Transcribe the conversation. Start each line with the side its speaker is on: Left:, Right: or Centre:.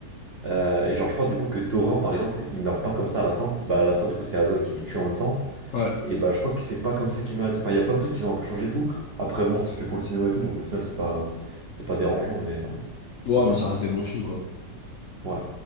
Right: Euh, et genre, je crois du coup que Thorin, par exemple, il meurt pas comme ça à la fin. C'est- Bah, à la fin, du coup, c'est Azog qui le tue en même temps.
Left: Ouais,
Right: Et bah, je crois que c'est pas comme ça qu'il meurt et tout. Enfin, il y a plein de trucs qui ont un peu changé et tout. Après, bon, c'est fait pour le cinéma et tout, donc au final, c'est pas, c'est pas dérangeant, mais, euh,
Left: ouais,
Right: mais voilà.
Left: mais ça reste des bons films, quoi.
Right: Ouais.